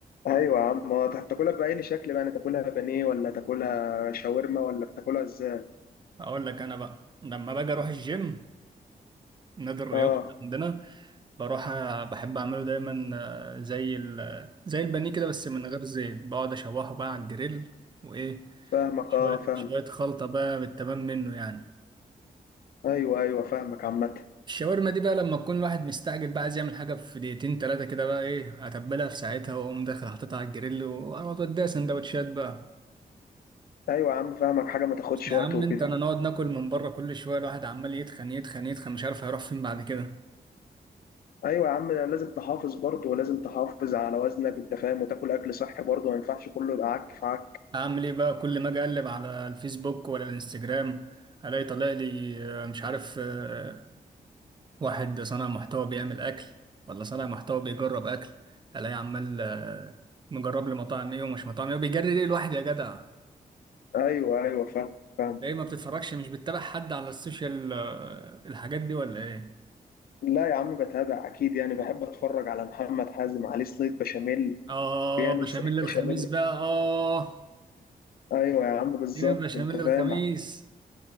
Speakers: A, on the left (about 75°); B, on the right (about 30°).
A: ايوه يا عم آه، هتاكلها باي شكل بقى يعني تاكلها بانيه ولا تاكلها شاورما ولا بتاكلها ازاي
B: اقول لك انا بقى لما باجي اروح الجيم نادي الرياضه
A: اه
B: عندنا بروح أ- بحب اعمله دايما آه، زي ال- زي البانيه كده بس من غير زيت بقعد اشوحه بقى على الجريل وايه
A: فاهمك
B: شويه
A: اه فاهمك
B: شويه خلطه بقى بالتمام منه يعني
A: ايوه ايوه فاهمك عامه
B: الشاورما دي بقى لما تكون الواحد مستعجل بقى عايز يعمل حاجه في دقيقتين ثلاثه كده بقى ايه اتبلها في ساعتها واقوم داخل حاططها على الجريل واقعد اديها سندوتشات بقى
A: ايوه يا عم فاهمك حاجه ما تاخدش
B: يا
A: وقت
B: عم
A: وكده
B: انت انا نقعد ناكل من بره كل شويه الواحد عمال يتخن يتخن يتخن مش عارف هيروح فين بعد كده
A: ايوه يا عم لازم تحافظ برضه ولازم تحافظ على وزنك انت فاهم وتاكل اكل صحي برضه ما ينفعش كله يبقى عك في عك
B: اعمل ايه بقى كل ما اجي اقلب على الفيسبوك ولا الانستجرام الاقي طالع لي آه، مش عارف آه، واحد صانع محتوى بيعمل اكل ولا صانع محتوى بيجرب اكل الاقي عمال آه، مجرب لي مطاعم ايه ومش مطاعم ايه بيجري ليه الواحد يا جدع
A: ايوه ايوه فاهم فاهم
B: ليه ما بتتفرجش مش بتتابع حد على السوشيال آه، الحاجات دي ولا ايه
A: لا يا عم بتابع اكيد يعني بحب اتفرج على محمد حازم عليه صينيه بشاميل
B: اه
A: بيعمل
B: بشاميل
A: صينيه
B: الخميس
A: بشاميل
B: بقى اه
A: ايوه يا عم بالظبط
B: اديني بشاميل
A: انت فاهم
B: الخميس